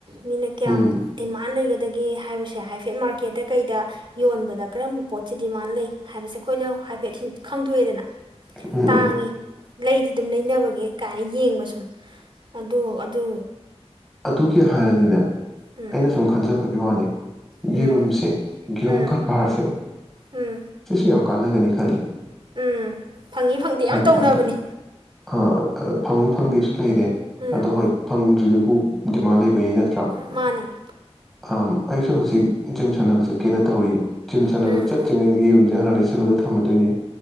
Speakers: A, on the right; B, in the centre.
A: ꯃꯤꯅ ꯀꯌꯥꯝ
B: ꯎꯝ
A: ꯗꯤꯃꯥꯟ ꯂꯩꯒꯅ ꯑꯗꯒꯤ ꯍꯥꯏꯕꯁꯦ ꯍꯥꯏꯐꯦꯠ ꯃꯥꯔꯀꯦꯠꯇ ꯀꯩꯗ ꯌꯣꯟꯕꯗ ꯀꯔꯝꯕ ꯄꯣꯠꯁꯤ ꯗꯤꯃꯥꯟ ꯂꯩ ꯍꯥꯏꯕꯁꯦ ꯑꯩꯈꯣꯏꯅ ꯍꯥꯏꯐꯦꯠ ꯈꯪꯗꯣꯛꯑꯦꯗꯅ
B: ꯎꯝ
A: ꯇꯥꯡꯉꯤ
B: ꯎꯝ
A: ꯂꯩꯗꯤ ꯑꯗꯨꯝ ꯂꯩꯅꯕꯒꯦ ꯀꯥꯏꯅ ꯌꯦꯡꯕ ꯁꯨꯝ ꯑꯗꯨ ꯑꯗꯨ
B: ꯇꯨꯀꯦ ꯍꯥꯏꯔꯗꯤꯅꯦ
A: ꯎꯝ
B: ꯑꯩꯅ ꯁꯨꯝ ꯈꯟꯖꯕꯒꯤ ꯋꯥꯅꯤ
A: ꯎꯝ
B: ꯌꯦꯔꯨꯝꯁꯦ ꯌꯦꯔꯨꯝ
A: ꯎꯝ
B: ꯀꯔꯕꯥꯔꯁꯦ
A: ꯎꯝ
B: ꯁꯤꯁꯨ ꯌꯥꯝ ꯍꯀꯥꯟꯅꯒꯅꯤ ꯈꯜꯂꯦ
A: ꯎꯝ ꯐꯪꯉꯤ ꯐꯪꯗꯦ ꯌꯥꯝ ꯇꯧꯅꯕꯅꯤ
B: ꯀꯥꯟꯗ ꯑ ꯐꯪ ꯐꯪꯗꯦ ꯂꯩꯔꯦ
A: ꯎꯝ
B: ꯑꯗꯣ ꯍꯣꯏ ꯐꯪꯗ꯭ꯔꯤꯗꯨꯕꯨ ꯗꯤꯃꯥꯂꯩ ꯅꯠꯇ꯭ꯔ
A: ꯃꯥꯅꯦ
B: ꯑꯝ ꯑꯩꯁꯨ ꯍꯧꯖꯤꯛ ꯖꯤꯝ ꯁꯥꯟꯅꯕ ꯆꯠꯀꯦꯅ ꯇꯧꯔꯤ ꯖꯤꯝ ꯁꯥꯟꯅꯕ
A: ꯎꯝ
B: ꯆꯠꯇ꯭ꯔꯤꯉꯩꯗꯒꯤꯒꯤꯨꯝꯁꯦ ꯍꯥꯟꯅ ꯂꯩꯁꯜꯂꯒ ꯊꯝꯕ ꯗꯣꯢꯅꯦ